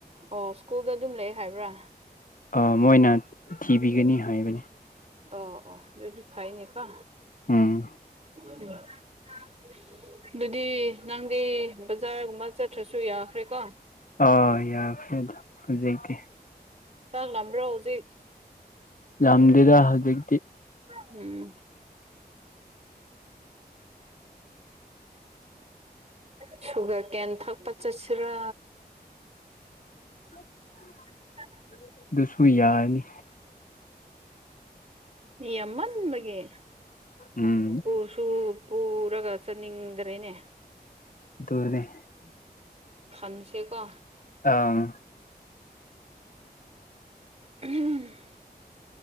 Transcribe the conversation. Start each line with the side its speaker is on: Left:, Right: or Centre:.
Right: ꯑꯣ ꯁ꯭ꯀꯨꯜꯗ ꯑꯗꯨꯝ ꯂꯩ ꯍꯥꯏꯕ꯭ꯔꯥ
Left: ꯑꯥ ꯃꯣꯏꯅ ꯊꯤꯕꯤꯒꯅꯤ ꯍꯥꯏꯕꯅꯤ
Right: ꯑꯣ ꯑꯣ ꯌꯣꯏꯁꯨ ꯈꯥꯏꯅꯦ ꯀ
Left: ꯎꯝ
Right: <inaudible> ꯑꯗꯨꯗꯤ ꯅꯪꯗꯤ ꯕꯖꯥꯔꯒꯨꯝꯕ ꯆꯠꯇ꯭ꯔꯁꯨ ꯌꯥꯈ꯭ꯔꯦꯀꯣ
Left: ꯑ ꯌꯥꯔꯔꯦ ꯑꯗ ꯍꯧꯖꯤꯛꯛꯇ
Right: ꯆꯥꯛꯂꯝ꯭ꯔꯣ ꯍꯧꯖꯤꯛ
Left: ꯌꯥꯝꯝꯗꯗ ꯍꯧꯖ
Right: ꯍ ꯎꯝ ꯎ ꯁꯨꯒꯔ ꯀꯦꯟ ꯊꯛꯄ ꯆꯠꯁꯤꯔꯥ
Left: <inaudible>
Right: <inaudible>
Left: ꯑꯗꯨꯁꯨꯕꯨ ꯌꯥꯔꯅꯤ
Right: ꯎꯝ ꯑꯃ ꯎ ꯃꯒꯤ
Left: ꯎꯝ
Right: ꯄ ꯁꯨ ꯄꯔꯒꯗ ꯆꯅꯤꯡꯗ꯭ꯔꯦꯅꯦ
Left: ꯇꯣꯅꯦꯦ
Right: ꯈꯟꯁꯦꯀꯣ
Left: ꯑꯥ
Right: ꯎꯝ